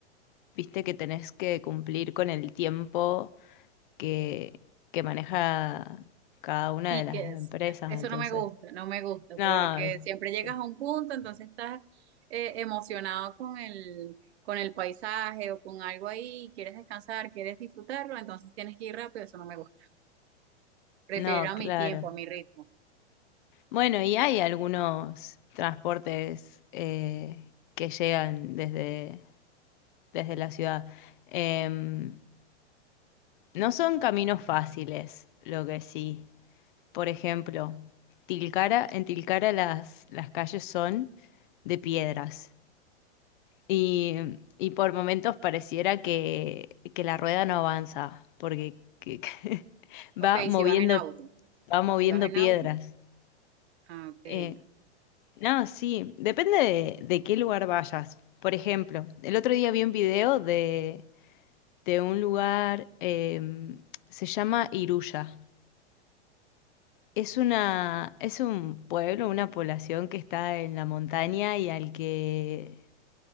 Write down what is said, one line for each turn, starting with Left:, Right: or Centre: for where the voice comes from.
Left: viste que tenés que cumplir con el tiempo que, que maneja cada una
Right: Y
Left: de las
Right: Que es-
Left: empresas,
Right: eso
Left: entonces.
Right: no me gusta, no me gusta,
Left: No,
Right: porque
Left: viste,
Right: siempre llegas
Left: sí.
Right: a un punto, entonces estás eh, emocionado con el, con el paisaje o con algo ahí, quieres descansar, quieres disfrutarlo, entonces tienes que ir rápido, eso no me gusta. Prefiero
Left: No,
Right: a
Left: claro.
Right: mi tiempo, a mi ritmo.
Left: Bueno, y hay algunos transportes eh, que llegan desde, desde la ciudad. Em, no son caminos fáciles, lo que sí. Por ejemplo, Tilcara, en Tilcara las, las calles son de piedras y, y por momentos pareciera que, que la rueda no avanza porque que- <laughs>
Right: Ok,
Left: va moviendo,
Right: si vas en auto.
Left: va moviendo
Right: Si vas en
Left: piedras.
Right: auto, ah, ok. ¿Qué,
Left: Eh, No, sí, depende de, de qué lugar vayas. Por ejemplo, el otro día vi un video de, de un lugar, em, se llama Iruya. Es una, es un pueblo, una población que está en la montaña y al que